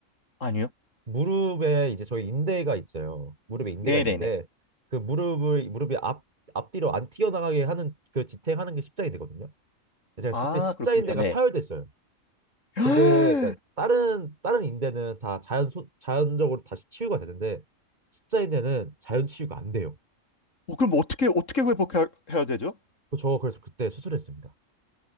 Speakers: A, on the left; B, on the right.
A: 아니요?
B: 무릎에 이제 저희 인대가 있어요. 무릎에 인대가
A: 네네네.
B: 있는데 그 무릎을 무릎이 앞 앞뒤로 안 튀어나가게 하는 그 지탱하는 게 십자인대거든요. 제가
A: 아,
B: 그때 십자인대가
A: 그렇군요. 네.
B: 파열됐어요.
A: <gasps>
B: 근데 그러니까 다른 다른 인대는 다 자연 소, 자연적으로 다시 치유가 되는데 십자인대는 자연 치유가 안 돼요.
A: 어, 그럼 어떻게, 어떻게 회복해야 되죠?
B: 저 그래서 그때 수술했습니다.